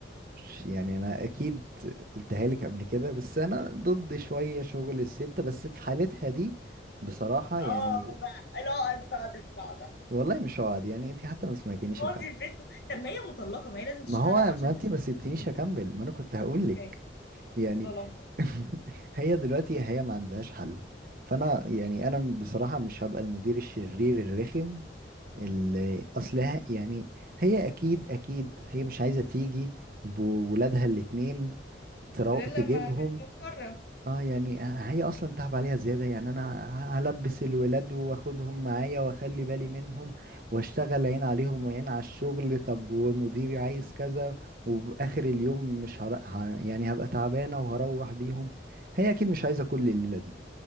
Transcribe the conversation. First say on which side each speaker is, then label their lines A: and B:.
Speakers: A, on the right; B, on the left.
A: مش- يعني انا اكيد قلتها لك قبل كده بس انا ضد شوية شغل الست بس في حالتها دي بصراحة
B: اه
A: يعني
B: بقى لا بقى تطلع بقى
A: والله مش هقعد يعني انت حتى ما سمعتنيش
B: اقعدي في بيتكم طب ما هي مطلقة ما هي لازم تشتغل
A: ما هو
B: علشان
A: ما انت
B: تس-
A: ما سبتنيش اكمل ما انا كنت هقول لك
B: ماشي خلاص
A: يعني
B: ظلمتك
A: <laughs> هي دلوقتي هي ما عندهاش حل فانا يعني انا بصراحة مش هبقى المدير الشرير الرخم اللي اصلها يعني هي اكيد اكيد هي مش عايزة تيجي بولادها الاتنين ترو...
B: غير لما
A: تجيبهم
B: كانت مضطرة
A: اه يعني هي اصلا تعب عليها زياده يعني انا هلبس الولاد واخدهم معايا واخلي بالي منهم واشتغل عين عليهم وعين على الشغل طب ومديري عايز كذا وباخر اليوم مش هر... ه... يعني هبقى تعبانه وهروح بيهم هي اكيد مش عايزه كل الليله دي